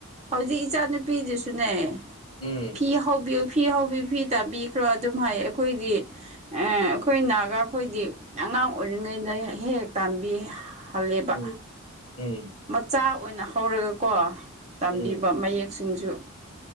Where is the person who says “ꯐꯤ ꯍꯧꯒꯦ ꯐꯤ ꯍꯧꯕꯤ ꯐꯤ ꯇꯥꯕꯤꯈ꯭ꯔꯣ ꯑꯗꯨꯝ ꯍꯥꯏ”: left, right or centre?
Right